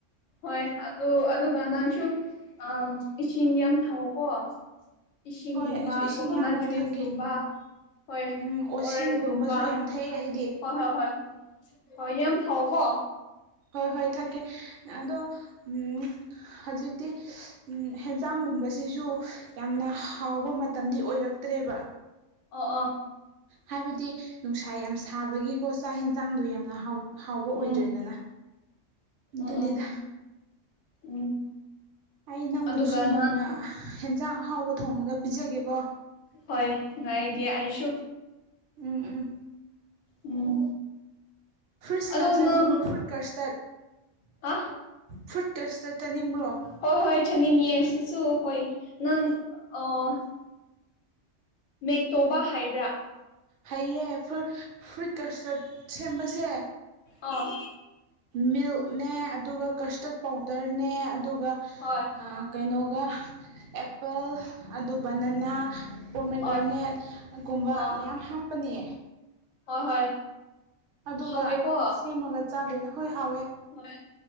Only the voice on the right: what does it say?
ꯍꯣꯏ ꯑꯩꯁꯨ ꯏꯁꯤꯡ
ꯌꯥꯝꯅ
ꯊꯛꯀꯦ
ꯎꯝ ꯑꯣꯁꯤꯟꯒꯨꯝꯕꯁꯨ
ꯌꯥꯝ ꯊꯛꯑꯦ ꯑꯩꯗꯤ
ꯍꯣꯏ ꯍꯣꯏ ꯊꯛꯀꯦ ꯑꯗꯣ ꯎꯝ ꯍꯧꯖꯤꯛꯇꯤ ꯎꯝ ꯍꯦꯟꯖꯥꯡꯒꯨꯝꯕꯁꯤꯁꯨ ꯌꯥꯝꯅ ꯍꯥꯎꯕ ꯃꯇꯝꯗꯤ ꯑꯣꯏꯔꯛꯇ꯭ꯔꯦꯕ
ꯍꯥꯏꯕꯗꯤ ꯅꯨꯡꯁꯥ ꯌꯥꯝ ꯁꯥꯕꯒꯤꯀꯣ ꯆꯥꯛ ꯍꯦꯟꯖꯥꯡꯗꯣ ꯌꯥꯝꯅ ꯍꯥꯎ ꯍꯥꯎꯕ
ꯑꯣꯏꯗ꯭ꯔꯦꯗꯅ ꯑꯗꯨꯅꯤꯗ
ꯑꯩ ꯅꯪꯕꯨꯁꯨ
ꯅꯣꯡꯃ ꯍꯦꯟꯖꯥꯡ ꯑꯍꯥꯎꯕ ꯊꯣꯡꯉꯒ ꯄꯤꯖꯒꯦꯀꯣ
ꯎꯝ ꯎꯝ
ꯐ꯭ꯔꯨꯠ ꯁꯥꯂꯥꯗ
ꯆꯥꯅꯤꯡꯕ꯭ꯔꯣ
ꯐ꯭ꯔꯨꯠ ꯀꯁꯇꯥ꯭ꯔꯗ
ꯐ꯭ꯔꯨꯠ ꯀꯁꯇꯥ꯭ꯔꯗ ꯆꯥꯅꯤꯡꯕ꯭ꯔꯣ
ꯍꯩꯌꯦ ꯐ꯭ꯔꯨꯠ ꯐ꯭ꯔꯨꯠ ꯀꯁꯇꯥ‍꯭ꯔꯗ ꯁꯦꯝꯕꯁꯦ
ꯃꯤꯜ꯭ꯀꯅꯦ ꯑꯗꯨꯒ ꯀꯁꯇꯥ꯭ꯔꯗ ꯄꯥꯎꯗꯔꯅꯦ ꯑꯗꯨꯒ
ꯑ ꯀꯩꯅꯣꯒ ꯑꯦꯄꯜ ꯑꯗꯨ ꯕꯅꯅꯥ ꯄꯣꯃꯦꯒ꯭ꯔꯥꯅꯦꯠ
ꯑ ꯀꯨꯝꯕ
ꯃꯌꯥꯝ ꯍꯥꯞꯄꯅꯤ
ꯑꯗꯨꯒ
ꯁꯦꯝꯃꯒ ꯆꯥꯗꯣꯏꯅꯦ ꯍꯣꯏ ꯍꯥꯎꯋꯦ